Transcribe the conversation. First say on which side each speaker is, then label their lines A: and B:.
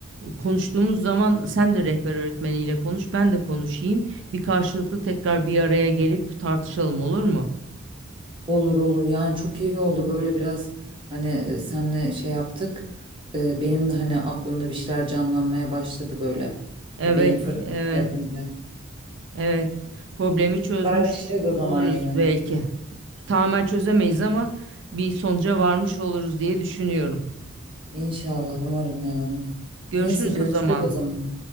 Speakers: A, on the right; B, on the right.
A: konuştuğumuz zaman sen de rehber öğretmeniyle konuş, ben de konuşayım. Bir karşılıklı tekrar bir araya gelip tartışalım olur mu?
B: Olur olur yani çok iyi oldu böyle biraz hani e, senle şey yaptık E, benim de hani aklımda bir şeyler canlanmaya başladı böyle
A: Evet,
B: E, beyin fırtınası
A: evet,
B: yapınca.
A: evet. Problemi çözmüş
B: Haberleşiriz
A: oluruz
B: o zaman yine.
A: belki. Tamamen çözemeyiz ama bir sonuca varmış oluruz diye düşünüyorum.
B: İnşallah umarım yani.
A: Görüşürüz
B: Neyse görüşürüz
A: o zaman.
B: o zaman.